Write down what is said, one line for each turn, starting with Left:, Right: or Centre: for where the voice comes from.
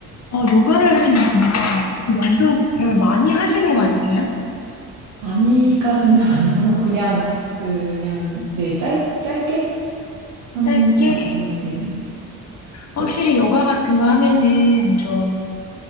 Left: 어, 요가를 하시는구나. 그럼 명상을 많이 하시는 거 아니세요?
Right: 많이까지는 <laughs> 아니고, 그냥, 그냥, 네, 짧, 짧게 하는
Left: 짧게.
Right: 것 같아요. 네네.
Left: 확실히
Right: 요-
Left: 요가 같은 거 하면은 좀,